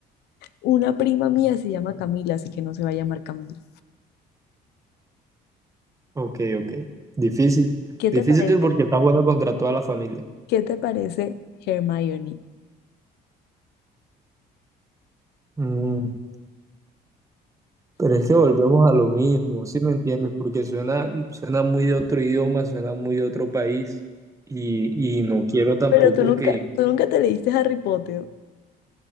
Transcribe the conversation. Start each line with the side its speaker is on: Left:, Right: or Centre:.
Left: una prima mía se llama Camila, así que no se va a llamar Camila.
Right: Ok, ok. Difícil.
Left: ¿Qué
Right: Difícil
Left: te parece?
Right: porque estás jugando contra toda la familia.
Left: ¿Qué te parece Hermione?
Right: Mm, pero es que volvemos a lo mismo, ¿sí me entiendes? Porque suena, suena muy de otro idioma, suena muy de otro país. Y, y no quiero tampoco
Left: Pero tú nunca,
Right: que...
Left: tú nunca te leíste Harry Potter.